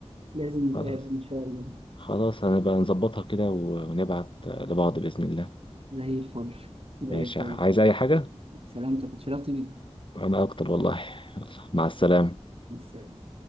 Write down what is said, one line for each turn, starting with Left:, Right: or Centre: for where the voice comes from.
Right: لازم نتقابل
Left: خلاص
Right: ان شاء الله
Left: خلاص هنبقى نظبطها كده ونبعت لبعض بإذن الله
Right: <laughs> زي الفل زي
Left: ماشي
Right: الفل
Left: عايز أي حاجة
Right: سلامتك اتشرفت بيك
Left: أنا أكتر والله يلا مع السلامة
Right: <laughs> سلام.